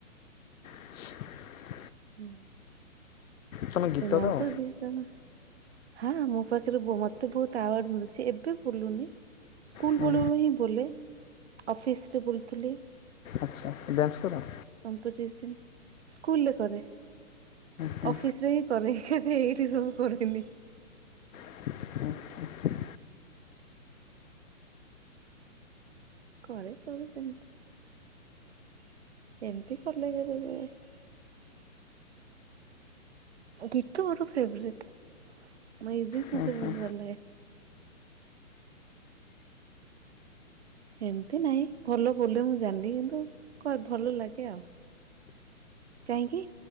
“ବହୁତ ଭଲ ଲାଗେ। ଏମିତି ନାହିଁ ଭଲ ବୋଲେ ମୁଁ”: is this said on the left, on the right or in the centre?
Right